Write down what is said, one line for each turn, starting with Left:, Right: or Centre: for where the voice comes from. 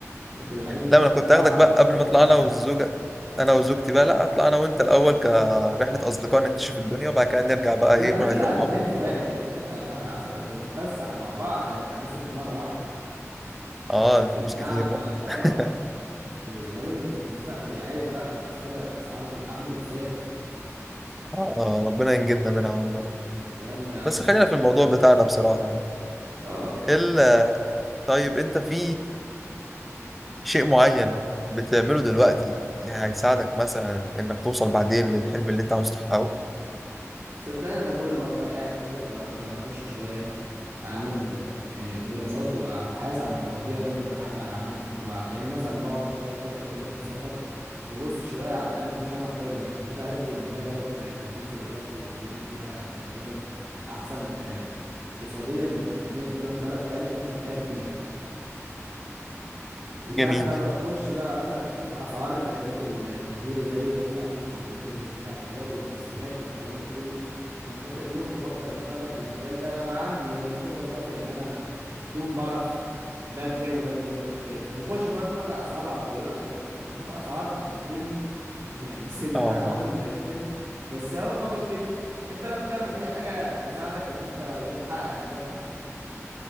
Right: انت عين تتفسح
Centre: لا ما انا كنت هاخدك
Right: وتتبسط
Centre: بقى قبل ما اطلع
Right: يا
Centre: انا
Right: عم
Centre: والزوجه انا وزوجتي بقى لا اطلع انا وانت الاول كرحله اصدقاء نكتشف الدنيا وبعد كده نرجع بقى
Right: لا
Centre: ايه
Right: نطلع
Centre: كل واحد يروح
Right: اتنين
Centre: مع بعضه
Right: في واحد يا باشا اطلع شهر عسل ونتفسح مع بعض عشان هنصرف مرة واحدة
Centre: اه الفلوس
Right: اي نعم
Centre: كتير بقى
Right: اه
Centre: <laughs>
Right: دي يعني هي وبعدين انت في المستقبل يا عالم بقى في المستقبل الاسعار هتبقى عاملة ازاي
Centre: آه ربنا ينجدنا منها والله
Right: يلا يا عم
Centre: بس
Right: ما
Centre: خلينا في الموضوع
Right: تقلقش
Centre: بتاعنا بصراحه يعني
Right: اه
Centre: ال- طيب انت في شيء معين بتعمله دلوقتي يعني هيساعدك مثلا انك توصل بعدين للحلم اللي انت عاوز تحققه
Right: صدقني انا كل ما ابقى قاعد كده بفضل اخش شوية اعمل يعني دراسات وابحاث عن المواضيع اللي انا بحب اعملها فيما بعد يعني مثلا بقعد شويه افكر كده في السفر فبص شويه على اماكن شبه تايلاند عشان كده عرفت ان هي بلد بقت رخيصه دلوقتي والدنيا فيها يعني يعتبر احسن آه، اقتصاديا من ان انت تروح بلد تانية تدفع فيها كتير وساعات
Centre: جميل
Right: بقى بخش بقى مثلا اشوف اسعار الحاجات اللي موجوده زي اسعار الكمبيوتر والقطع الغيار والبيسيهات والكلام ده كله عشان خاطر اليوم بفكر اشتغل في المجال ده بقى عندي انا الخبره الكافيه ان انا اكون بعرف ده بكام وده بكام وده بكام وخش بقى اتفاجئ اسعار العربيات انا بشوف اسعار بتصدمني <laughs> وبحس ان
Centre: اه
Right: انا
Centre: آه،
Right: عمري ما هشتري بس اهو باخد فكره انت بقى بتعمل اي حاجه تساعدك ان انت بعد كده تحقق الاهداف دي